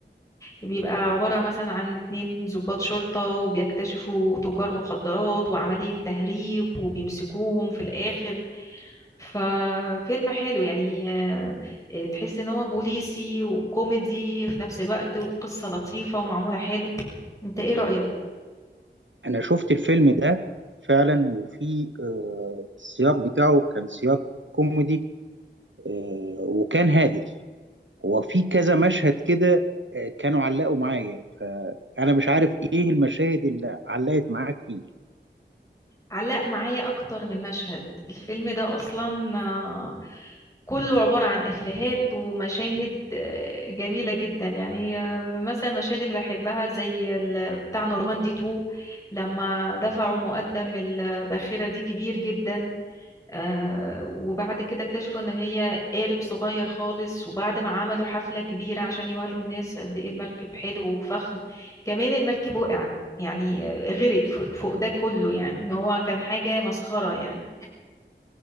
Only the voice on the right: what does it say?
أنا شفت الفيلم ده فعلا وفي آه، السياق بتاعه كان سياق كوميدي آه، وكان هادف هو في كذا مشهد كده آه، كانوا علقوا معايا فأنا مش عارف إيه المشاهد اللي علقت معاك فيه